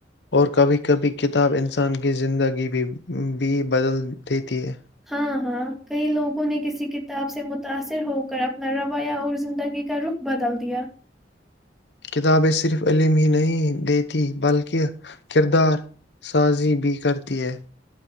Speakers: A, on the left; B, in the centre.
A: اور کبھی کبھی کتاب انسان کی زندگی بھی بدل دیتی ہے
B: ہاں ہاں کئی لوگوں نے کسی کتاب سے متاثر ہو کر اپنا رویہ اور زندگی کا رخ بدل دیا
A: کتابیں صرف علم ہی نہیں دیتیں بلکہ کردار سازی بھی کرتی ہیں